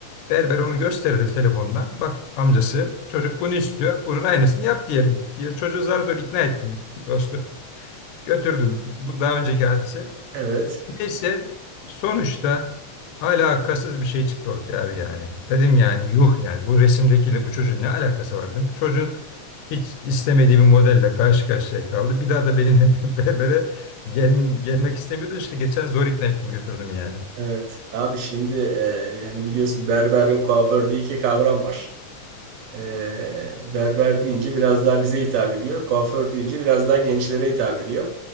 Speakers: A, on the left; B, on the right.
A: Berber onu gösterelim telefondan. Bak amcası çocuk bunu istiyor. Bunun aynısını yap diyelim diye çocuğu zar zor ikna ettim <laughs> dostum. Götürdüm. Bu daha önceki hadise.
B: Evet.
A: Neyse sonuçta alakasız bir şey çıktı ortaya abi yani. Dedim yani yuh yani bu resimdekiyle bu çocuğun ne alakası var dedim. Çocuk hiç istemediği bir modelle karşı karşıya kaldı. Bir daha da benimle <laughs> berbere gel, gelmek istemiyordu. İşte geçen zor ikna ettim götürdüm yani.
B: Evet. Abi şimdi e, yani biliyorsun berber ve kuaför diye iki kavram var. E, berber deyince biraz daha bize hitap ediyor. Kuaför deyince biraz daha gençlere hitap ediyor.